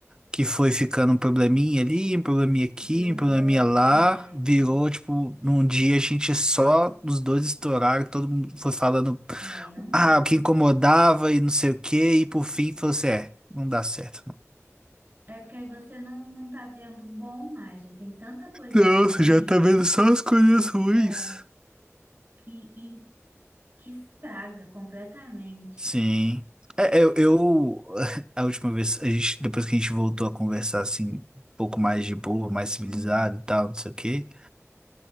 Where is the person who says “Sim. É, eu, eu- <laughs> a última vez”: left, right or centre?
Right